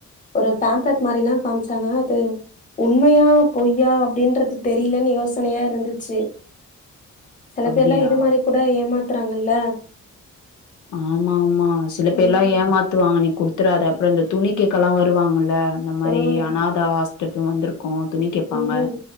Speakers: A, on the left; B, on the left.
A: ஒரு பேம்ப்லட் மாரிலாம் காமிச்சாங்க அது உண்மையா பொய்யா அப்டின்றது தெரிலனு யோசனயாருந்துச்சு சில
B: அப்டியா
A: பேர்லாம் இது மாரி கூட ஏமாத்துறாங்கள்ல
B: ஆமா ஆமா சில பேர்லாம்
A: ம்
B: ஏமாத்துவாங்க நீ குடுத்துறாத அப்றொ இந்த துணி கேக்கலா வருவாங்கல அந்த மாரி
A: ம்
B: அனாத ஹாஸ்பிடல வந்திருக்கோம் துணி கேட்பாங்க
A: ம்.